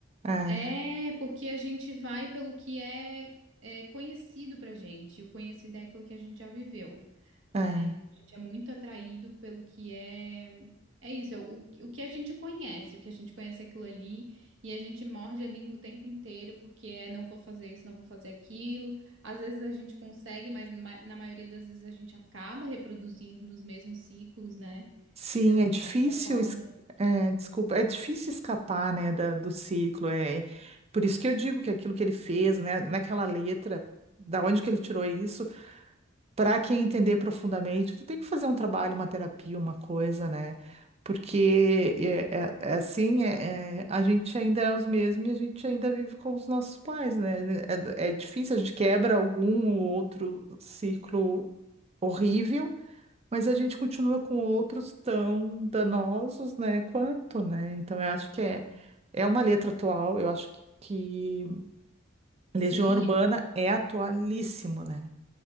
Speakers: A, on the right (about 30°); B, on the right (about 75°).
A: É,
B: é, porque a gente vai pelo que é, é, conhecido pra gente. e O conhecido é aquilo que a gente já viveu, né?
A: é.
B: Então, a gente é muito atraído pelo que é. É isso, é o, o que a gente conhece, o que a gente conhece é aquilo ali, e a gente morde a língua o tempo inteiro, porque é não vou fazer isso, não vou fazer aquilo. Às vezes a gente consegue, mas ma- na maioria das vezes a gente acaba reproduzindo os mesmos ciclos, né?
A: Sim,
B: Eu não
A: é difícil,
B: sei se você concorda.
A: es- é, desculpa, é difícil escapar, né, da- do ciclo. É é por isso que eu digo que aquilo que ele fez, né, naquela letra, da onde que ele tirou isso, para quem entender profundamente, tu tem que fazer um trabalho, uma terapia, uma coisa, né? Porque é, é- é assim, é- é, a gente ainda é os mesmos e a gente ainda vive com os nossos pais, né? É, é difícil, a gente quebra algum ou outro ciclo horrível. Mas a gente continua com outros tão danosos, né, quanto, né? Então eu acho que é, é uma letra atual, eu acho que, que Legião
B: Sim,
A: Urbana é atualíssimo, né?